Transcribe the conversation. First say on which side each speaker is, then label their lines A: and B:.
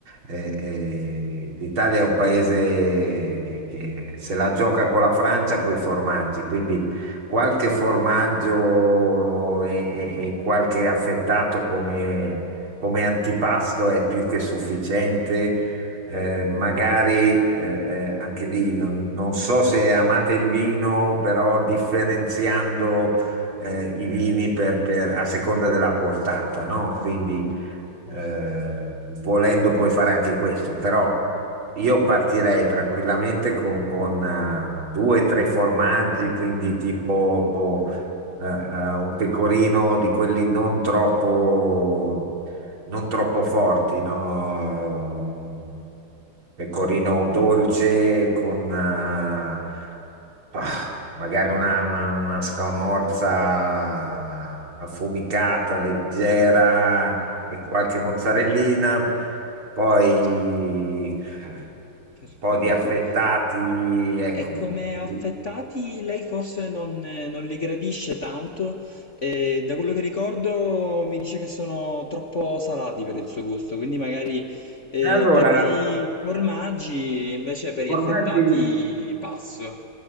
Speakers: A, on the right (about 65°); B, on the left (about 40°).
A: Eh, eh, l'Italia è un paese che, che se la gioca con la Francia, con i formaggi, quindi qualche formaggio e, e- e qualche affettato come, come antipasto è più che sufficiente. Eh, magari eh, eh, anche lì non, non so se amate il vino, però differenziando eh, i vini per- per- a seconda della portata, no? Quindi eh, volendo puoi fare anche questo, però io partirei tranquillamente con, con eh, due o tre formaggi, quindi tipo eh, eh, un pecorino di quelli non troppo, non troppo forti, no? Un pecorino dolce con eh, bah, magari una, una, una scamorza affumicata, leggera, e qualche mozzarellina, poi
B: Perfetto.
A: un po' di affettati, ecco.
B: E come
A: Mm.
B: affettati lei forse non, eh, non li gradisce tanto, e da quello che ricordo mi dice che sono troppo salati per il suo gusto, quindi magari eh,
A: E allora,
B: terrei formaggi, invece per
A: formaggi.
B: gli affettati passo.